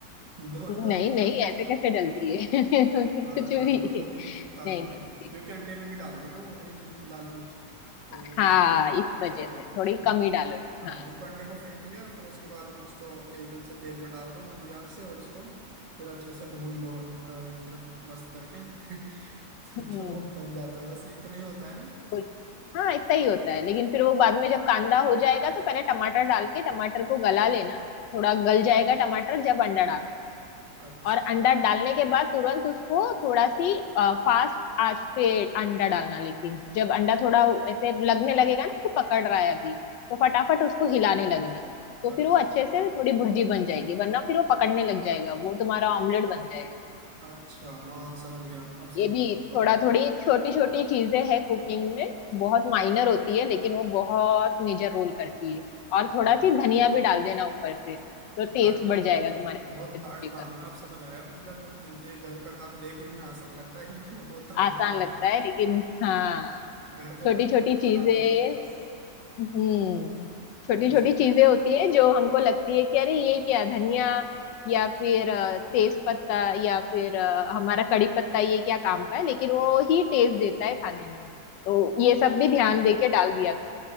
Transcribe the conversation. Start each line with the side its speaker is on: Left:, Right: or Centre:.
Right: <laughs> दो अंडों
Left: नहीं
Right: के का-
Left: नहीं ऐसे कैसे डलती है <laughs> कुछ
Right: हाँ
Left: भी
Right: चलो
Left: नहीं
Right: दो तीन काफी में
Left: नहीं
Right: क्योंकि अंडे में भी डाल दी ना वो हरी मिर्च लाल मिर्च तो
Left: हाँ
Right: उसको
Left: इस
Right: कमी
Left: वजह
Right: सही रहेगी
Left: से थोड़ी कम ही डालो
Right: हाँ
Left: हाँ
Right: उसको अंडे को फेंट लिया फिर उसके बाद में उसको एकदम से तेल में डाल दो मंदी आंच से और उसको फिर अच्छे से भून लो अ, मतलब मस्त करके <laughs>
Left: हम्म
Right: तो वो बन जाता है बस इतना ही होता है ना
Left: बुर- हाँ इतना ही होता है लेकिन फिर वो बाद में जब कांदा हो जाएगा तो पहले टमाटर डाल के टमाटर को गला लेना थोड़ा गल जाएगा टमाटर जब अंडा डालना
Right: अच्छा
Left: और अंडा डालने के बाद तुरंत उसको थोड़ा सी आ, फास्ट आंच पे अंडा डालना लेकिन जब अंडा थोड़ा ऐसे लगने लगेगा ना कि पकड़ रहा है अभी तो फटाफट उसको हिलाने लगना तो
Right: अच्छा
Left: फिर वो अच्छे से थोड़ी भुर्जी बन जाएगी वरना फिर वो पकड़ने लग जाएगा वो तुम्हारा ऑमलेट बन जाएगा
Right: अच्छा हाँ समझ गया अब समझ
Left: ये भी
Right: गया प्रॉपर
Left: थोड़ा थोड़ी छोटी छोटी चीजें है कुकिंग में बहुत माइनर होती है लेकिन वो बहुत मेजर रोल करती है और
Right: हाँ
Left: थोड़ा सी धनिया भी डाल देना ऊपर से तो टेस्ट
Right: यार ये
Left: बढ़
Right: बहुत
Left: जाएगा तुम्हारे
Right: बहुत
Left: भुर्जी
Right: हार्ड
Left: का
Right: काम है आप समझ आया मतलब ये घर का काम देखने में आसान लगता है लेकिन होता
Left: आसान
Right: बहुत बड़ा
Left: लगता है लेकिन हाँ
Right: है। घर पे
Left: छोटी
Right: तो हम
Left: छोटी
Right: ऑटो
Left: चीजें
Right: चला देते थे बस
Left: हम्म छोटी
Right: घर
Left: छोटी
Right: से
Left: चीजें होती है जो हमको लगती है कि अरे ये क्या धनिया या फिर अ, तेज पत्ता या फिर अ, हमारा कड़ी पत्ता ये क्या काम का है लेकिन वो ही टेस्ट देता है खाने में तो ये सब भी ध्यान दे के डाल दिया कर